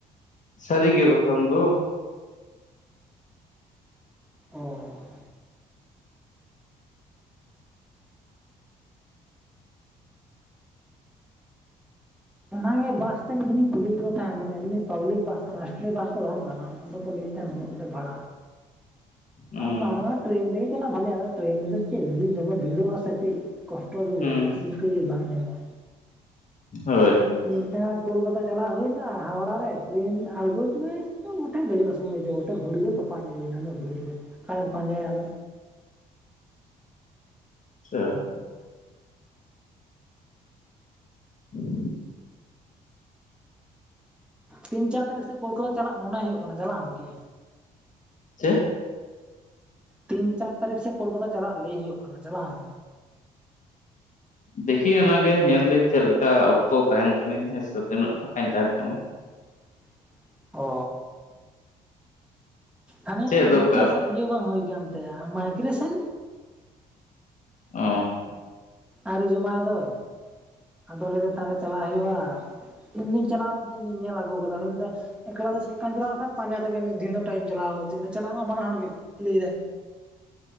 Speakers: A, on the left; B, in the centre.
A: ᱥᱟᱹᱨᱤ ᱜᱮ ᱵᱟᱠᱷᱟᱱ ᱫᱚ᱾
B: ᱚ᱾ ᱚᱱᱟᱜᱮ ᱵᱟᱥ ᱛᱮ ᱢᱤᱫ ᱫᱤᱱ ᱤᱧ ᱠᱩᱞᱤᱭᱮ ᱠᱚ ᱛᱟᱦᱮᱱ ᱢᱟᱱᱮ ᱮᱢᱱᱤ ᱯᱟᱵᱽᱞᱤᱠ ᱵᱟᱥ᱾ ᱨᱟᱥᱴᱨᱤᱭᱚ ᱵᱟᱥ ᱫᱚ ᱵᱟᱝ ᱠᱟᱱᱟ ᱟᱫᱚ ᱠᱚ ᱞᱟᱹᱭ ᱮᱫ ᱛᱟᱦᱮᱱ ᱱᱩᱱᱟᱹᱜ ᱠᱟᱛᱮᱜ ᱵᱷᱟᱲᱟ,
A: ᱦᱩᱸ
B: ᱟᱨ ᱵᱟᱝ ᱴᱨᱮᱱ ᱰᱮ ᱠᱟᱱᱟ ᱵᱷᱟᱞᱮ ᱴᱨᱮᱱ ᱫᱚ ᱪᱮᱫ ᱫᱚᱢᱮ ᱵᱷᱤᱲᱚᱜᱼᱟ ᱥᱮ ᱠᱟᱹᱪ᱾ ᱠᱚᱥᱴᱚ ᱜᱮ ᱵᱩᱡᱷᱟᱹᱜ-ᱟ
A: ᱦᱩᱸ
B: ᱥᱤᱴ ᱠᱚ ᱜᱮ ᱵᱟᱝ ᱧᱟᱢᱚᱜᱼᱟ᱾
A: ᱦᱳᱭ᱾ ᱦᱳᱭ
B: ᱢᱤᱫ ᱫᱷᱟᱣ ᱠᱳᱞᱠᱟᱛᱟ ᱪᱟᱞᱟᱣ ᱦᱩᱭᱱᱟ ᱦᱟᱣᱲᱟ ᱨᱮ ᱴᱨᱮᱱ ᱟᱬᱜᱳ ᱥᱩᱢᱚᱹᱭ ᱪᱚᱝ <unintelligible> ᱫᱮᱡᱚᱜ ᱥᱩᱢᱟᱹᱭ <unintelligible> ᱜᱚᱴᱷᱩᱲᱤ ᱫᱚ ᱛᱚᱯ ᱯᱟᱜ ᱧᱩᱨᱦᱟᱹᱭ ᱱᱟ ᱩᱱᱟᱹᱜ ᱵᱷᱤᱨ ᱨᱮ ᱟᱠᱟᱨᱮᱢ ᱯᱟᱸᱡᱟᱭᱟ ᱟᱫᱚ?
A: <unintelligible> <unintelligible>
B: ᱛᱤᱱ ᱪᱟᱨ ᱛᱟᱹᱨᱤᱠᱷ ᱥᱮᱫ ᱠᱳᱞᱠᱟᱛᱟ ᱪᱟᱞᱟᱜ ᱢᱚᱱᱮ ᱦᱳᱭᱳᱜ ᱠᱟᱱᱟ ᱪᱟᱞᱟᱜ ᱟᱢ ᱠᱤ?
A: ᱪᱮ?
B: ᱛᱤᱱ ᱪᱟᱨ ᱛᱟᱹᱨᱤᱠᱷ ᱥᱮᱫ ᱠᱳᱞᱠᱟᱛᱟ ᱪᱟᱞᱟᱜ ᱞᱮᱭ ᱦᱳᱭᱳᱜ ᱠᱟᱱᱟ ᱪᱟᱞᱟᱜ ᱟᱢ?
A: ᱫᱮᱠᱷᱤ ᱚᱱᱟᱜᱮ ᱧᱮᱞ ᱫᱟᱹᱧ ᱪᱮᱫ ᱞᱮᱠᱟ ᱚᱠᱛᱚ ᱛᱟᱦᱮᱱ ᱠᱟᱱᱟᱹᱧ ᱦᱮ ᱥᱮ ᱛᱤᱱᱟᱹᱜ ᱯᱷᱟᱠᱟᱧ ᱛᱟᱸᱦᱮᱱ ᱠᱟᱱᱟ᱾
B: <unintelligible> ᱚᱻ ᱦᱟᱱᱤ
A: ᱪᱮᱫ ᱫᱚᱨᱠᱟᱨ
B: ᱵᱤᱠᱟᱥᱟᱜ ᱤᱭᱟᱹ ᱵᱟᱝ ᱦᱳᱭ ᱠᱟᱱ ᱛᱟᱭᱟ ᱢᱟᱭᱜᱨᱮᱥᱮᱱ᱾
A: ᱚ᱾
B: ᱟᱹᱣᱨᱤ ᱡᱚᱢᱟᱭ ᱫᱚᱭ ᱟᱫᱚ ᱞᱟᱹᱭ ᱫᱟᱭ ᱛᱟᱦᱚᱞᱮ ᱪᱟᱞᱟᱜ ᱦᱳᱭᱳᱜᱼᱟ᱾ ᱤᱧ ᱫᱩᱧ ᱪᱟᱞᱟᱣ ᱞᱮᱱ ᱛᱤᱧ ᱤᱧ ᱫᱩᱧ ᱧᱮᱞ ᱟᱜᱩ ᱟᱠᱟᱫᱟ <unintelligible> ᱮᱠᱞᱟ ᱫᱚ ᱪᱮᱜᱠᱟᱢ ᱪᱟᱞᱟᱜ-ᱟ ᱟᱠᱷᱟᱡ ᱯᱟᱸᱡᱟ ᱛᱮᱜᱮ ᱢᱤᱫ ᱫᱤᱱ ᱫᱚ ᱴᱟᱭᱤᱢ ᱪᱟᱞᱟᱣ ᱜᱚᱫᱚᱜ ᱛᱤᱧᱟ ᱪᱟᱞᱟᱣ ᱢᱟ ᱵᱟᱱᱟ ᱦᱚᱲ ᱜᱮ ᱞᱟᱹᱭ ᱫᱟᱭ᱾